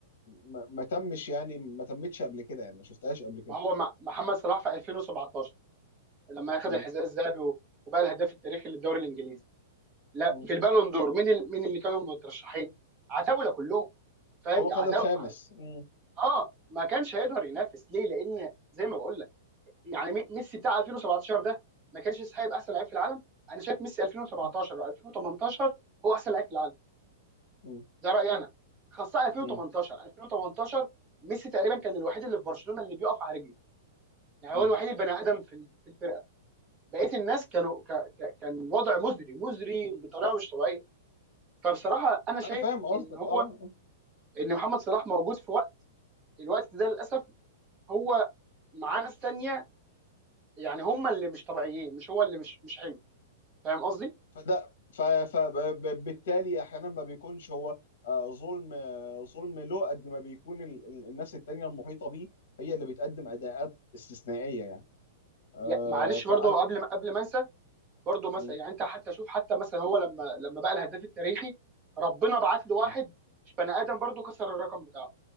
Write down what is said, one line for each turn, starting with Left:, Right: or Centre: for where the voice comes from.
Left: ما ما تمش يعني ما تمتش قبل كده يعني ما شفتهاش قبل كده
Right: ما هو مع- محمد صلاح في 2017 لما اخذ
Left: م-
Right: الحذاء الذهبي و- وبقى الهداف التاريخي للدوري الانجليزي لا
Left: م.
Right: في البالون دور مين ال... مين اللي كانوا مترشحين عتاوله كلهم فاهم
Left: هو خد
Right: عتاو...
Left: الخامس
Right: ع-
Left: م-
Right: اه ما كانش هيقدر ينافس ليه لان زي ما بقول لك يعني مي- ميسي بتاع 2017 ده ما كانش يستحق يبقى احسن لعيب في العالم انا شايف ميسي 2017
Left: م-
Right: او 2018 هو احسن لعيب في العالم
Left: م-
Right: ده رايي انا خاصه 2018
Left: م-
Right: 2018 ميسي تقريبا كان الوحيد اللي في برشلونه اللي بيقف على رجله يعني
Left: م.
Right: هو الوحيد البني ادم في ال- في الفرقه بقيه الناس كانوا ك... ك... كان وضع مزري مزري بطريقه مش طبيعيه فبصراحه انا شايف
Left: انا فاهم قصدك
Right: ان هو
Left: اه آه.
Right: ان محمد صلاح موجود في وقت الوقت ده للاسف هو معاه ناس ثانيه يعني هم اللي مش طبيعيين مش هو اللي مش مش حلو فاهم قصدي؟
Left: فده فبالتالي احيانا ما بيكونش هو آه، ظلم آه، ظلم له قد ما بيكون ال- ال- الناس التانية المحيطة بيه هي اللي بتقدم اداءات استثنائية يعني آه،
Right: يا- معلش
Left: فانا
Right: برضه قبل ما قبل ما انسى برضه مثلا
Left: م-
Right: يعني انت حتى شوف حتى مثلا هو لما لما بقى الهداف التاريخي ربنا بعت له واحد
Left: م.
Right: مش بني ادم برضه كسر الرقم بتاعه